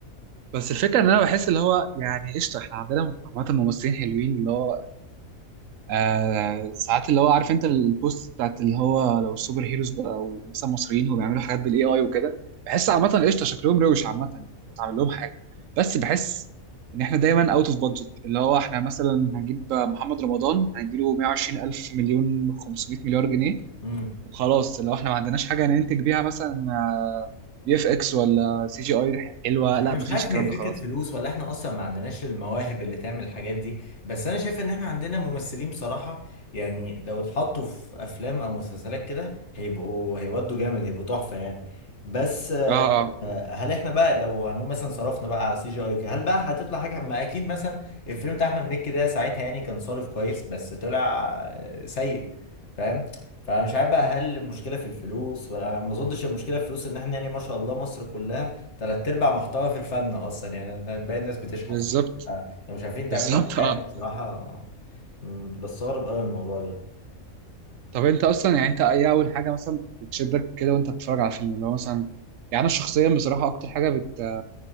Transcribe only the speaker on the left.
امم
يعني
انا مش
عارف
هي فكرة
فلوس ولا احنا اصلا ما عندناش المواهب اللي تعمل الحاجات دي بس انا شايف ان احنا عندنا ممثلين بصراحة يعني لو اتحطوا في افلام او مسلسلات كده هيبقوا هيودوا جامد هيبقوا تحفة يعني بس
آه،
هل احنا بقى لو هنقول مثلا صرفنا بقى على سي جي اي وكده هل بقى هتطلع حاجه ما اكيد مثلا الفيلم بتاع احمد مكي ده ساعتها يعني كان صارف كويس بس طلع آه، سيء فاهم فمش عارف بقى هل المشكله في الفلوس ولا ما اظنش المشكله في الفلوس ان احنا يعني ما شاء الله مصر كلها تلات ارباع محتوى في الفن اصلا يعني باقي الناس بتشحت
آه، لو مش عارفين تعملوا
حاجه
عادل بصراحه مم، بستغرب قوي الموضوع ده